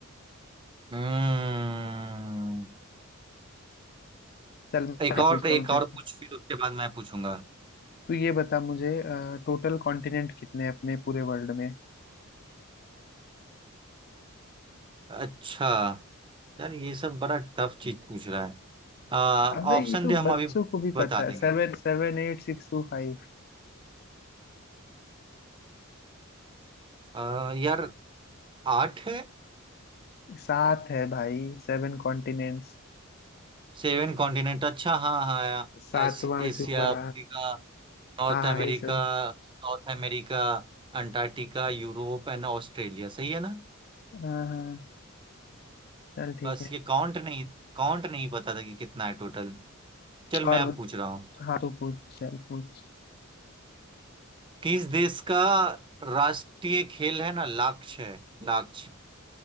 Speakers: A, on the right (about 25°); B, on the left (about 45°).
A: हम्म
B: चल मैं
A: एक और
B: पूछता
A: एक
B: हूँ कैसे
A: और पूछ फिर उसके बाद मैं पूछूंगा
B: तू ये बता मुझे टोटल कॉन्टिनेंट कितने हैं अपने पूरे वर्ल्ड में
A: अच्छा यार ये सब बड़ा टफ चीज पूछ रहा है आ
B: अबे
A: ऑप्शन
B: ये तो
A: दे हम
B: बच्चों
A: अभी
B: को भी
A: बता
B: पता
A: देंगे
B: है Seven seven eight six two five
A: आ, यार आठ है
B: सात है भाई सेवन कॉन्टिनेंट्स
A: सेवन कॉन्टिनेंट अच्छा हाँ हाँ यार
B: सातवां
A: एसी, Asia
B: जुबा
A: Africa North
B: हाँ हाँ
A: America
B: यही सुन
A: South America Antarctica Europe and Australia सही है ना
B: हाँ हाँ चल ठीक
A: बस
B: है
A: ये काउंट नहीं काउंट नहीं पता था कि कितना है टोटल चल
B: और
A: मैं अब
B: बत...
A: पूछ रहा हूँ
B: हाँ तो पूछ चल पूछ
A: किस देश का राष्ट्रीय खेल है ना लाक्ष है लाक्ष